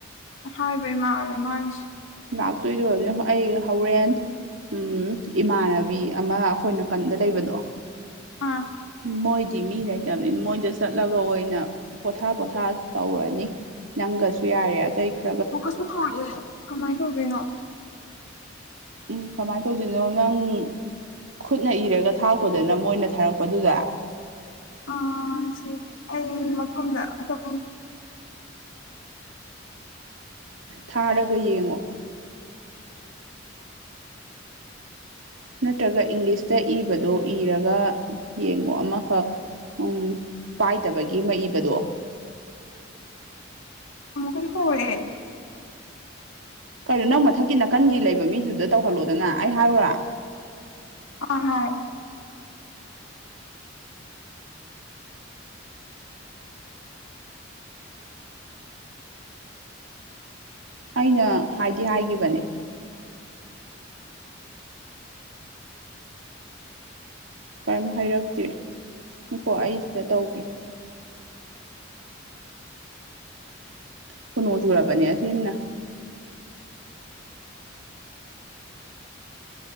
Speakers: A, on the left (about 80°); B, on the right (about 85°).
A: ꯍꯥꯏꯕ ꯏ ꯃꯥꯥꯜꯂꯦ ꯃꯥꯒꯤꯁꯦ
B: ꯂꯥꯛꯇꯣꯏꯗꯣ ꯑꯣꯏꯕꯅꯤ ꯑꯩ ꯍꯣꯔꯦꯟ ꯎꯝ ꯏꯃꯥꯟꯅꯕꯤ ꯑꯃ ꯑꯩꯈꯣꯏꯅ ꯀꯟꯗ ꯂꯩꯕꯗꯣ
A: ꯑꯥ
B: ꯃꯣꯏꯗꯤ ꯃꯤ ꯂꯩꯇꯕꯅꯤꯅ ꯃꯣꯏꯗ ꯆꯠꯂꯒ ꯑꯣꯏꯅ ꯄꯣꯊꯥ ꯄꯣꯊꯥ ꯇꯧꯔꯅꯤ ꯅꯪꯒꯁꯨ ꯌꯥꯔꯦ ꯑꯇꯩ ꯈꯔ
A: ꯃꯈꯀꯁꯨ ꯊꯧꯔꯛꯑꯦ ꯀꯃꯥꯏꯅ ꯇꯧꯒꯣꯏꯅꯣ
B: ꯎꯝ ꯀꯃꯥꯏꯅ ꯇꯧꯗꯣꯏꯅꯣ ꯅꯪ ꯈꯨꯠꯅ ꯏꯔꯒ ꯊꯥꯛꯔꯛꯄꯗꯅ ꯃꯣꯏꯅ ꯊꯥꯔꯛꯄꯗꯨꯗ
A: ꯑꯥ ꯁꯤ ꯑꯩ ꯃꯐꯝꯗ ꯑꯣꯞꯐꯝ
B: ꯊꯥꯔꯒ ꯌꯦꯡꯉꯣ ꯅꯠꯇ꯭ꯔꯒ ꯏꯪꯂꯤꯁꯇ ꯏꯕꯗꯣ ꯏꯔꯒ ꯌꯦꯡꯕꯣ ꯑꯃꯈꯛ ꯎꯝ ꯄꯥꯏꯗꯕꯒꯤ ꯃ ꯏꯕꯗꯣ
A: ꯑꯃ ꯀꯩꯅ ꯇ ꯑꯣꯏꯌꯦꯦ
B: ꯀꯩꯅꯣ ꯅꯪ ꯃꯊꯛꯀꯤ ꯅꯥꯀꯟꯒꯤ ꯂꯩꯕ ꯃꯤꯗꯨꯗ ꯇꯧꯍꯜꯂꯣꯗꯅ ꯑꯩ ꯍꯥꯏꯔꯨꯔ
A: ꯑ ꯍꯣꯏ
B: ꯑꯩꯅ ꯍꯥꯏꯗꯤ ꯍꯥꯏꯈꯤꯕꯅꯦ ꯀꯔꯤꯝ ꯍꯥꯏꯔꯛꯇꯦ ꯀꯣ ꯑꯩ ꯁꯤꯗ ꯇꯧꯒꯦ ꯁꯣꯅꯃ ꯆꯨꯔꯥꯕꯅꯤꯁꯤꯅ